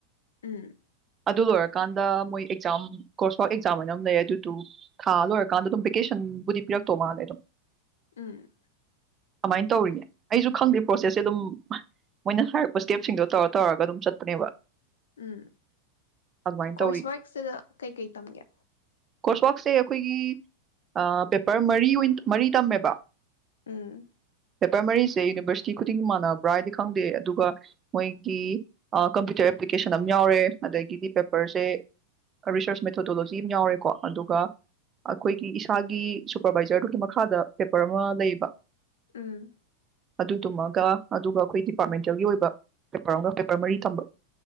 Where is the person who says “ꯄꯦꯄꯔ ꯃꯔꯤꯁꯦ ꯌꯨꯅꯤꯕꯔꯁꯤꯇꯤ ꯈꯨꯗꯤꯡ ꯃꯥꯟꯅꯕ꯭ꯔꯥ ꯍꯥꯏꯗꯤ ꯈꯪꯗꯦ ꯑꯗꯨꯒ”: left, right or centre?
Right